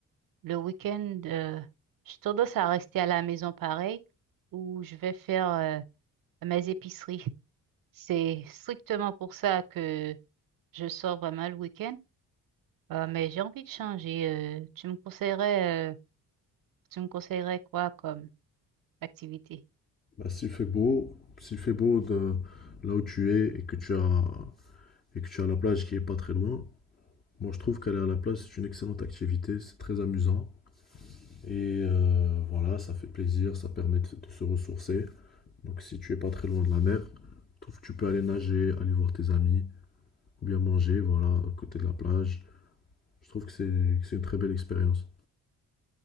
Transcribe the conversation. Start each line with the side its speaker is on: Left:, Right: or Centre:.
Right: le week-end, euh, j'ai tendance à rester à la maison pareil, où je vais faire. euh, mes épiceries. C'est strictement pour ça que je sors vraiment le week-end. Euh, mais j'ai envie de changer. euh, tu me conseillerais, euh, tu me conseillerais quoi comme activité?
Left: Bah, s'il fait beau, s'il fait beau de là où tu es et que tu as, et que tu as la plage qui est pas très loin, moi je trouve qu'aller à la plage c'est une excellente activité, c'est très amusant. Et euh, voilà, ça fait plaisir, ça permet de de se ressourcer. Donc si tu es pas très loin de la mer, je trouve que tu peux aller nager, aller voir tes amis, ou bien manger, voilà, à côté de la plage. Je trouve que c'est que c'est une très belle expérience.